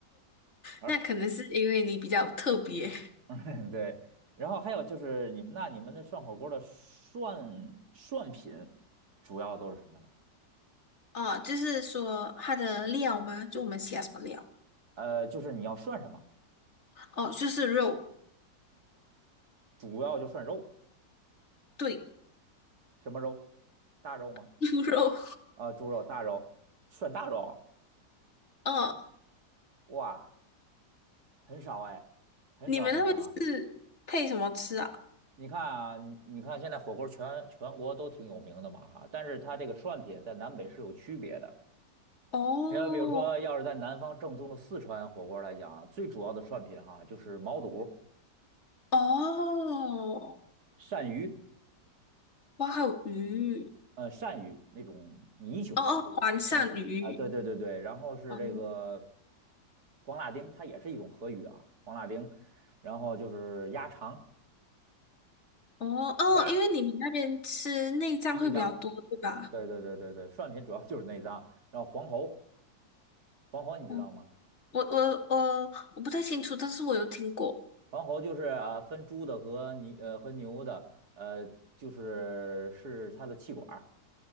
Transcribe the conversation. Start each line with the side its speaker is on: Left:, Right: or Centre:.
Right: 而
Left: 那可能是因为你比较特别
Right: <laughs> 对，然后还有就是你们那你们那涮火锅的涮涮品主要都是什么呢？
Left: 哦，就是说它的料吗？就我们喜欢什么料？
Right: 呃，就是你要涮什么，
Left: 哦，就是肉。
Right: 主要就涮肉。
Left: 对，
Right: 什么肉？大肉吗？
Left: <laughs> 猪肉。
Right: 啊、猪肉、大肉，涮大肉，
Left: 嗯，
Right: 哇，很少哎，很少很少啊。
Left: 你们那边是配什么吃啊？
Right: 你看啊，你你看现在火锅全全国都挺有名的嘛啊，但是它这个涮品在南北是有区别的。
Left: 哦
Right: 你要比如说，要是在南方正宗的四川火锅来讲，最主要的涮品哈就是毛肚、
Left: 哦，
Right: 鳝鱼。
Left: 哇，还有鱼。
Right: 呃，鳝鱼那种泥鳅，
Left: 哦哦，
Right: 对对对，
Left: 黄鳝鱼。
Right: 鳝鱼啊，对对对对，然后是这个
Left: 哦
Right: 黄辣丁，它也是一种河鱼啊，黄辣丁，然后就是鸭肠、
Left: 哦哦，
Right: 鸭
Left: 因为你们那边吃内脏会比较多，
Right: 内脏，
Left: 对吧？
Right: 对对对对对，涮品主要就是内脏，然后黄喉，黄喉你知道吗？
Left: 哦，我我我我不太清楚，但是我有听过。
Right: 黄喉就是呃分猪的和牛呃和牛的，呃就是是它的气管